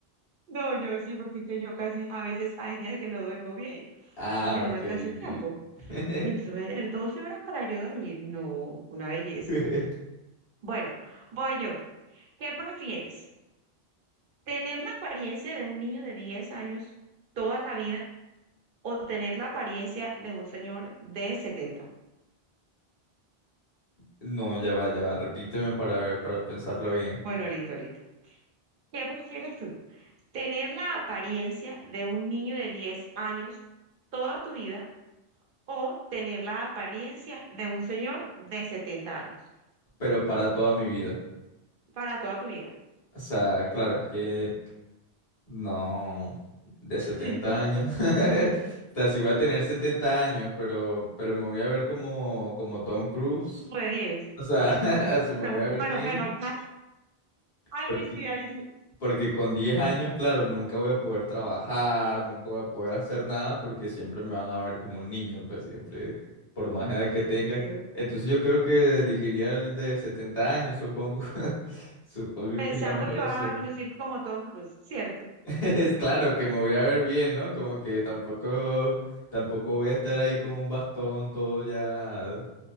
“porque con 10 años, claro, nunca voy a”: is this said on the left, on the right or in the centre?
Left